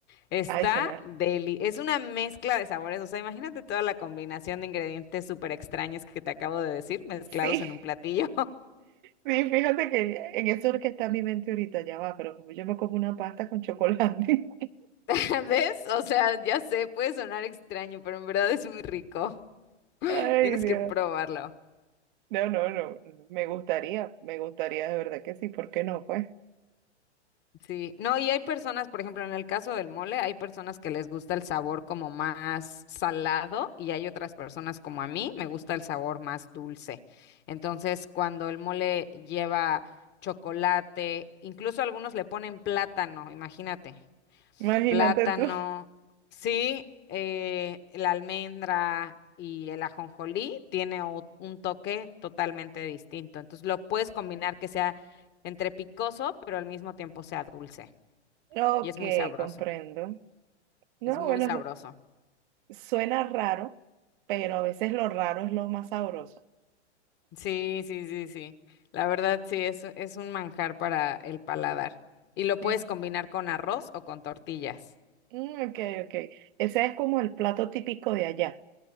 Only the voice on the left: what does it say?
está
deli.
Es una mezcla de sabores, o sea, imagínate toda la combinación de ingredientes súper extraños que te acabo de decir, mezclados
en un platillo.
<laughs> ¿Ves? O sea, ya sé, puede sonar extraño, pero en verdad es muy rico.
Tienes
que probarlo.
Sí, no, y hay personas, por ejemplo, en el caso del mole, hay personas que les gusta el sabor como más salado y hay otras personas como a mí, me gusta el sabor más dulce. Entonces, cuando el mole lleva chocolate, incluso algunos le ponen plátano, imagínate,
plátano,
sí, eh, la almendra y el ajonjolí tiene o- un toque totalmente distinto. Entonces, lo puedes combinar que sea entre picoso, pero al mismo tiempo sea dulce.
Y es muy sabroso,
es muy
sabroso.
Sí, sí, sí, sí. La verdad, sí, es, es un manjar para el paladar. Y lo
puedes combinar
con arroz o con tortillas.